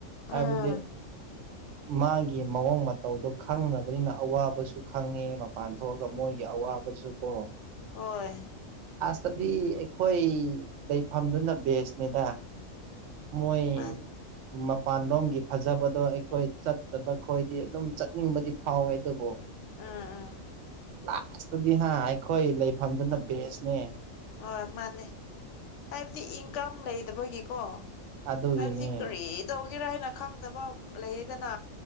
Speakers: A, on the right (about 70°); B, on the left (about 70°).
A: ꯑꯕꯗꯤ
B: ꯑꯥ
A: ꯃꯥꯒꯤ ꯃꯑꯣꯡ ꯃꯇꯧꯗꯣ ꯈꯪꯔꯕꯅꯤꯅ ꯑꯋꯥꯕꯁꯨ ꯈꯪꯉꯦ ꯃꯄꯥꯟ ꯊꯣꯛꯑꯒ ꯃꯣꯏꯒꯤ ꯑꯥꯎꯕ ꯁꯨ ꯀꯣ
B: ꯍꯣꯏ
A: ꯑꯗꯤ ꯑꯩꯈꯣꯏ ꯂꯩꯐꯝꯗꯨꯅ ꯕꯦꯁꯅꯦꯗ ꯃꯣꯏ
B: ꯃꯥ
A: ꯃꯄꯥꯟꯂꯣꯝꯒꯤ ꯐꯖꯕꯗꯣ ꯑꯩꯈꯣꯏ ꯆꯠꯇꯕ ꯈꯣꯏꯗꯤ ꯑꯗꯨꯝ ꯆꯠꯅꯤꯡꯕꯗꯤ ꯐꯥꯎꯋꯦ ꯑꯗꯨꯕꯨ
B: ꯑꯥ ꯑꯥ
A: ꯂꯥꯁꯇꯗꯤ ꯍꯥ ꯑꯩꯈꯣꯏ ꯂꯩꯐꯝꯗꯨꯅ ꯕꯦꯁꯅꯦ
B: ꯍꯣꯏ ꯃꯥꯅꯦ ꯍꯥꯏꯕꯗꯤ ꯏꯟꯀꯝ ꯂꯩꯗꯕꯒꯤꯀꯣ
A: ꯑꯗꯨꯒꯤꯅꯦ
B: ꯍꯥꯏꯕꯗꯤ ꯀꯔꯤ
A: ꯎꯝ
B: ꯇꯧꯒꯦꯔꯥ ꯍꯥꯏꯅ ꯈꯪꯗꯕ ꯂꯩꯌꯦꯗꯅ